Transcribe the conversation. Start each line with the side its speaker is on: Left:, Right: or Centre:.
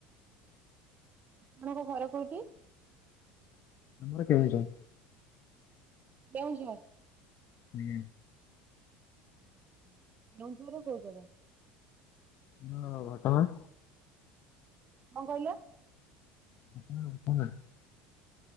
Right: ଆପଣଙ୍କ ଘର କୋଉଠି?
Left: ଆମର କେଉଁଝର।
Right: କେଉଁଝର।
Left: ହୁଁ।
Right: ଉଁହୁଁ କେଉଁଝର ର କୋଉ ଜାଗା।
Left: <unintelligible> ଘଟଗାଁ।
Right: କଁ କହିଲ?
Left: <unintelligible>